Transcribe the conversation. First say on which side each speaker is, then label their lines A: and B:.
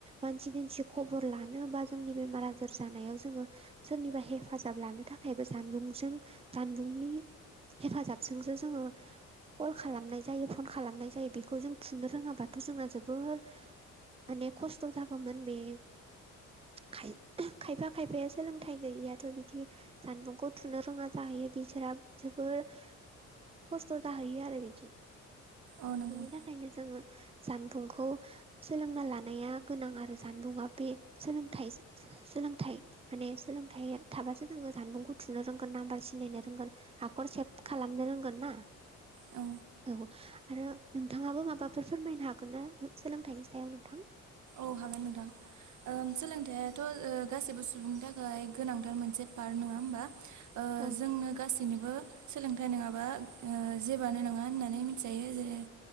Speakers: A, on the right; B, on the right.
A: मानसि दिमसि खबर लानो बा जोंनि बेमार आजार जानायाव जोङो सोरनिबा हेफाजाब लानो थाखायबो जानबुंजों जानबुंनि हेफाजाब जोंजो जोङो कल खालामनाय जायो, फन खालामनाय जायो। बेखौ जों थुनो रोङाबाथ' जोंना जोबोर माने खस्थ' जागौमोन बे खाय-खायफा खायफाया सोलोंथाइ गैयिया थ' बिदि जानबुंखौ थुनो रोङा जाहैयो बिसोरा जोबोर खस्थ' जाहैयो आरो बिदि
B: औ नंगौ
A: बेनि थाखायनो जोङो जानबुंखौ सोलोंना लानाया गोनां आरो जानबुंआ बे सोलोंथाइ सोलोंथाइ माने सोलोंथाइ थाबासो जोङो जानबुंखौ थुनो रोंगोन नाम्बार सिनायनो रोंगोन। हाखर सेब खालामनो रोंगोन ना?
B: औ
A: औ आरो नोंथाङाबो माबाफोर फोरमायनो हागोन ना? सोलोंथाइनि सायाव नोंथां।
B: औ हागोन नोंथां। ओ सोलोंथायाथ' ओ गासैबो सुबुंनि थाखाय गोनांथार मोनसे पार्ट नङा होमबा? ओ
A: औ
B: जोंनो गास दिनैबो सोलोंथाइ नङाबा जेबोआनो नङा होननानै मिथिजायो जे